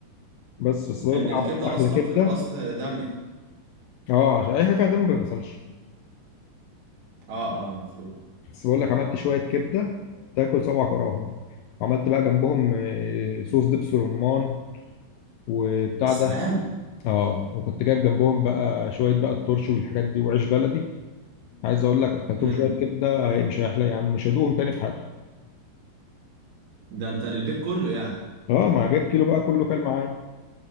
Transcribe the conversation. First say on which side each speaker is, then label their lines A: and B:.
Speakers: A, on the left (about 75°); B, on the right (about 85°).
A: بس بس بقول
B: ان
A: لك بقى
B: الكبده
A: عملت احلى
B: اصلا
A: كبده
B: في الاصل دم
A: اه عشان اي حاجه فيها دم ما بيتغسلش
B: اه اه المفروض
A: بس بقول لك عملت شويه كبده تاكل صبعك وراهم وعملت بقى جنبهم آه، صوص دبس رمان وبتاع
B: يا سلام
A: ده اه وكنت جايب جنبهم بقى شويه بقى الترش والحاجات دي وعيش بلدي عايز اقول لك اكلتهم
B: امم
A: شويه كبده هي- مش هيحلى يا عم مش هيدوقهم تاني في حياتهم
B: ده انت للبيت كله يعني
A: اه ما جايب كيلو بقى كله كل معايا